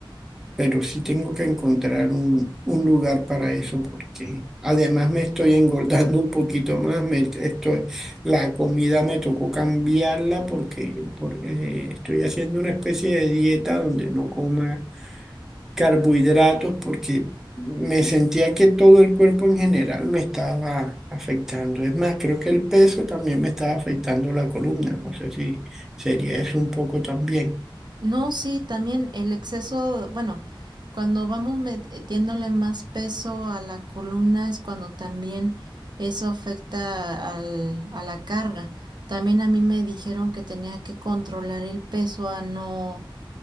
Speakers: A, in the centre; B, on the right (about 55°).
A: Pero sí tengo que encontrar un, un lugar para eso porque además me estoy engordando un poquito más. Me estoy, la comida me tocó cambiarla porque, por- eh, estoy haciendo una especie de dieta donde no coma carbohidratos porque me sentía que todo el cuerpo en general me estaba afectando. Es más, creo que el peso también me estaba afectando la columna. No sé si sería eso un poco también.
B: No, sí, también el exceso, bueno, cuando vamos metiéndole más peso a la columna es cuando también eso afecta al- a la carga. También a mí me dijeron que tenía que controlar el peso a no,